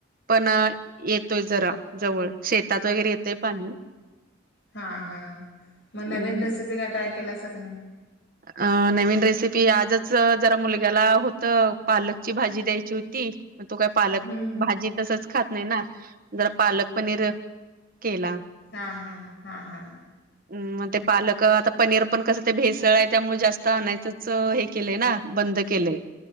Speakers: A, on the right (about 50°); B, on the left (about 65°).
A: पण येतोय जरा जवळ शेतात वगैरे येतय पाणी
B: हा, हा मग
A: अं,
B: नवीन रेसिपी काय ट्राय केलासा की नाही?
A: अ नवीन रेसिपी आजच जरा मुलग्याला होत पालकची भाजी द्यायची होती. मग तो काय पालक
B: हम्म हम्म
A: भाजी तसच खात नाहीना, जरा पालक पनीर केला.
B: हा, हा, हा, हा.
A: हम्म मग ते पालक आता पनीर पण कसं ते भेसळ आहे त्यामुळे जास्त आणायचंच हे केले ना बंद केले